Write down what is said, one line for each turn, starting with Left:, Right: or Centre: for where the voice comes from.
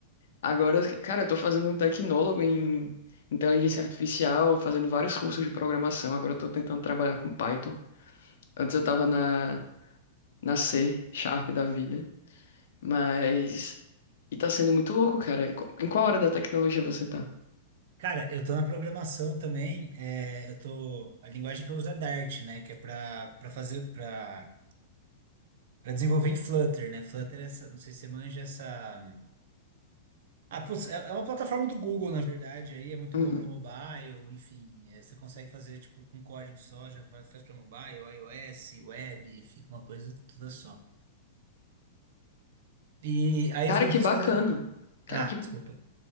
Left: agora, cara, eu tô fazendo um tecnólogo em inteligência artificial, fazendo vários cursos de programação. Agora eu tô tentando trabalhar com Python. Antes eu tava na, na C Sharp da vida. Mas. E tá sendo muito louco, cara. Em qu- em qual hora da tecnologia você tá?
Right: Cara, eu tô na programação também, é, eu tô, a linguagem que eu uso é Dart, né, que é pra, pra fazer, pra, pra desenvolver em Flutter, né, Flutter é essa, não sei se você manja essa, ah, putz, é é uma plataforma do Google, na verdade, aí é muito
Left: Uhum.
Right: boa pra mobile, enfim, é, você consegue fazer, tipo, com código só, já faz faz pra mobile, iOS, web, fica uma coisa toda só. E aí
Left: Cara,
Right: eu
Left: que
Right: vi
Left: bacana.
Right: que você falou,
Left: Cara,
Right: ah,
Left: que.
Right: desculpa,